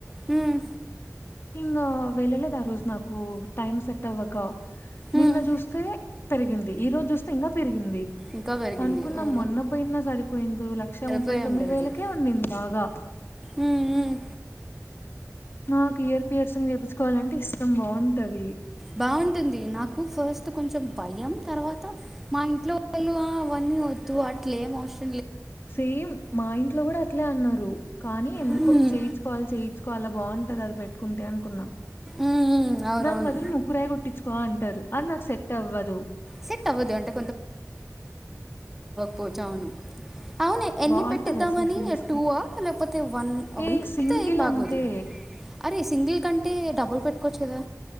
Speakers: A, in the centre; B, on the left.
A: ఉమ్,
B: ఇిం వెళ్ళలేదు ఆ రోజు నాకు టైమ్ సెట్ అవ్వక నిన్న
A: ఉమ్,
B: చూస్తే పెరిగింది ఈ రోజు చూస్తే ఇంకా పెరిగింది
A: ఇంకా పెరిగింది
B: అనుకున్నా
A: ఓ
B: మొన్న పోయినా సరిపోయింది లక్ష
A: సరిపోయి
B: ముప్పై తొమ్మిది
A: ఉండేది
B: వేలకే ఉంంది బాగా
A: ఉమ్ ఉమ్
B: నాకు ఇయర్ పియర్స్ చేయిించుకోవాలంటే ఇష్టం బాగుంటది
A: బాగుంటుంది నాకు ఫస్ట్ కొంచెం భయం తర్వాత మా ఇంట్లో వాళ్ళు అవన్నీ వద్దు అట్లేం అవసం
B: సేమ్ మా ఇంట్లో కూడా అట్లే అన్నారు కానీ ఎందుకో
A: ఉమ్
B: చేయించుకోవాలి చేయించుకోవాలా బాగుంటాది అది పెట్ పట్టుకుంటే అనుకున్నా
A: ఉమ్ అవునవును
B: నాకు మధలు ముక్కురాయి కుట్టించుకో అంటారు అది నాకు సెట్ అవ్వదు
A: సెట్ అవ్వదు అంటే పచావును అవును ఎన్ని
B: బావుంటది
A: పెట్టిద్దామని
B: అసలు ఫేస్‌కి.
A: టూ ఆ లేకపోతే వన్
B: ఏ సింగిల్
A: బాగోదు
B: అంతే.
A: అరే సింగిల్ కంటే డబుల్ కో చేా